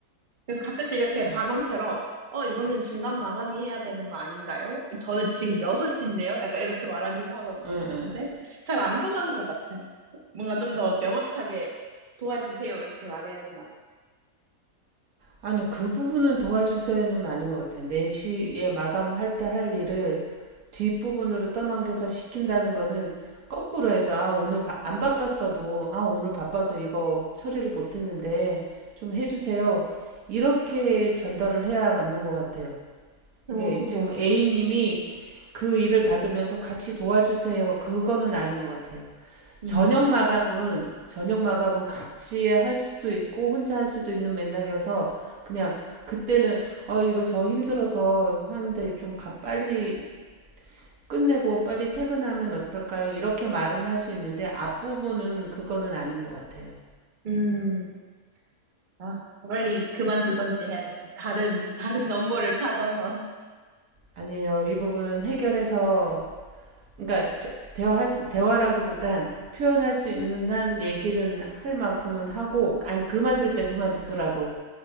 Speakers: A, on the right (about 40°); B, on the right (about 85°).
A: 그래서 가끔씩 이렇게
B: 아,
A: 반항처럼, 어, 이거는 중간 마감이 해야 되는 거 아닌가요? 저는 지금 6시인데요? 약간 이렇게 말하기도 하거든요.
B: 응,
A: 근데
B: 응.
A: 잘 안 통하는 것 같아요. 뭔가 좀 더 명확하게 도와주세요. 이렇게 말해야 되나
B: 아니, 그 부분은 도와주세요는 아닌 것 같아요. 4시에 마감할 때 할 일을 뒷부분으로 떠넘겨서 시킨다는 거는 거꾸로 해야죠. 아, 오늘 바- 안 바빴어도, 아, 오늘 바빠서 이거 처리를 못 했는데 좀 해주세요. 이렇게 전달을 해야 맞는 것 같아요.
A: 봐요.
B: 이게
A: 어, 그죠.
B: 지금 A님이 그 일을 받으면서 같이 도와주세요. 그거는 아닌 것 같아요.
A: 음,
B: 저녁 마감은 저녁 마감은 같이 할 수도 있고 혼자 할 수도 있는 맥락이어서 그냥 그때는 어 이거 저 힘들어서 하는데 좀 가, 빨리 끝내고 빨리 퇴근하면 어떨까요? 이렇게 말은 할 수 있는데 앞부분은 그거는 아닌 것 같아요.
A: 음, 아, 빨리 그만두던지 해야겠어. 다른, 다른 업무를 찾아서. <laughs>
B: 아니에요. 이 부분은 해결해서 그러니까 대, 대화할 수- 대화라기보단 표현할 수 있는 한 얘기는 할 만큼은 하고 아니 그만둘 때 그만두더라도